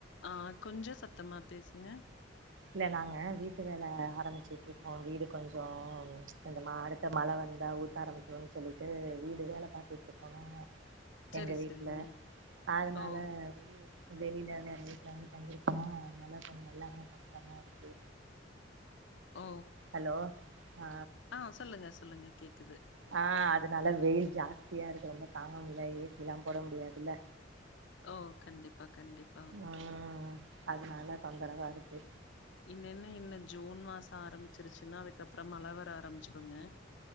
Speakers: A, on the left; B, on the right.
A: ஆ கொஞ்சோம் சத்தமா பேசுங்க
B: இல்ல நாங்க வீட்டு வேல ஆரம்பிச்ட்டு இருக்கோம் வீடு கொஞ்சோ இங்க மா அடுத்த மழ வந்தா ஊத்த ஆரம்பிச்சிரும் சொல்லிட்டு வீடு வேல பாத்துட்டு இருக்கோங்க
A: சரி
B: எங்க வீட்ல
A: சரிங்க
B: அதனால
A: ஓ
B: வெயில் வெளில வேற வீட்ல வந்து தங்கிருக்கோமா அதனால கொஞ்சோ எல்லாமே கஷ்டமா இருக்கு
A: ஓ
B: ஹலோ ஆ
A: ஆ சொல்லுங்க சொல்லுங்க கேக்குது
B: ஆ அதனால வெயில் ஜாஸ்தியா இருக்கு ரொம்ப தாங்குமுல்ல ஏசிலாம் போட முடியாதுல்ல
A: ஓ கண்டிப்பா கண்டிப்பா
B: ம் அதனால தொந்தரவா இருக்கு
A: இன்னன்ன இன்ன ஜூன் மாசோ ஆரம்பிச்சிருச்சுன்னா அதுக்கப்றோ மழ வர ஆரம்பிச்சிருங்க